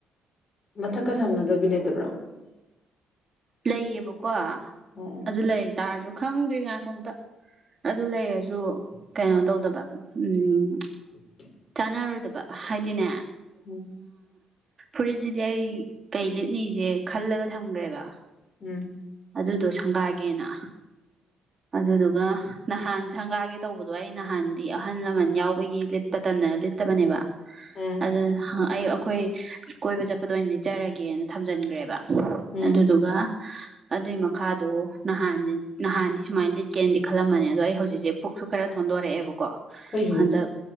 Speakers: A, on the left; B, on the right.
A: ꯃꯊꯛꯀ ꯁꯝꯅꯗꯕꯤ ꯂꯩꯇꯕ꯭ꯔꯣ
B: ꯂꯩꯌꯦꯕꯀꯣ
A: ꯎꯝ
B: ꯑꯗꯨ ꯂꯩꯇꯥꯔꯁꯨ ꯈꯪꯗ꯭ꯔꯤꯉꯥꯏ ꯀꯣꯝꯇ ꯑꯗꯨ ꯂꯩꯔꯁꯨ ꯀꯩꯅꯣ ꯇꯧꯗꯕ ꯎꯝ
A: <inaudible>
B: ꯀꯥꯟꯅꯔꯣꯏꯗꯕ ꯍꯥꯏꯗꯤꯅꯦ
A: ꯎꯝ
B: ꯐꯨꯔꯤꯠꯁꯤꯗꯤ ꯑꯩ ꯀꯩ ꯂꯤꯠꯅꯤꯁꯦ ꯈꯜꯂꯒ ꯊꯝꯈ꯭ꯔꯦꯕ
A: ꯎꯝ
B: ꯑꯗꯨꯗꯣ ꯁꯪꯒꯥꯒꯦꯅ ꯑꯗꯨꯗꯨ ꯑꯗꯨꯒ ꯅꯍꯥꯟ ꯁꯪꯒꯥꯒꯤꯦ ꯇꯧꯕꯗꯣ ꯑꯩ ꯅꯍꯥꯟꯗꯤ ꯑꯍꯜ ꯂꯃꯟ ꯌꯥꯎꯕꯒꯤ ꯂꯤꯠꯄꯇꯟꯗꯅ ꯂꯤꯠꯇꯕꯅꯦꯕ
A: ꯎꯝ
B: ꯑꯗꯨ
A: ꯎꯝ
B: ꯑꯩ ꯑꯩꯈꯣꯏ ꯀꯣꯏꯕ ꯆꯠꯄꯗ ꯑꯣꯏꯅ ꯂꯤꯠꯆꯔꯒꯦꯅ ꯊꯝꯖꯤꯟꯈ꯭ꯔꯦꯕ
A: ꯎꯝ
B: ꯑꯗꯨꯗꯨꯒ ꯑꯗꯨꯏ ꯃꯈꯥꯗꯣ ꯅꯍꯥꯟ ꯅꯍꯥꯟ ꯁꯨꯃꯥꯏꯅ ꯂꯤꯠꯀꯦꯅꯗꯤ ꯈꯜꯂꯝꯃꯅꯤ ꯑꯗꯣ ꯑꯩ ꯍꯧꯖꯤꯛꯁꯦ ꯄꯨꯛꯁꯨ ꯈꯔ ꯊꯣꯟꯗꯣꯔꯛꯑꯦꯕꯀꯣ
A: ꯑꯩꯁꯨ
B: ꯍꯟꯗꯛ